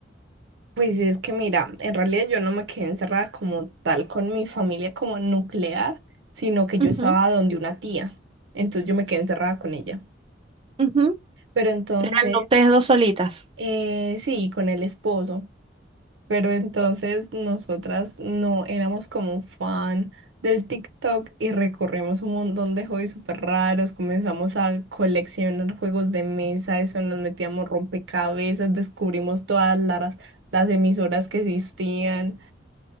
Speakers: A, on the right; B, on the right.
A: Pues es que mira, en realidad yo no me quedé encerrada como tal con mi familia como nuclear, sino que yo
B: Ujú,
A: estaba donde una tía, entonces yo me quedé encerrada con ella.
B: ujú.
A: Pero entonces,
B: Eran ustedes dos solitas.
A: eh, sí, con el esposo, pero entonces nosotras no éramos como fan del TikTok y recorrimos un montón de hobbies súper raros, comenzamos a coleccionar juegos de mesa, eso nos metíamos rompecabezas, descubrimos todas las, las emisoras que existían.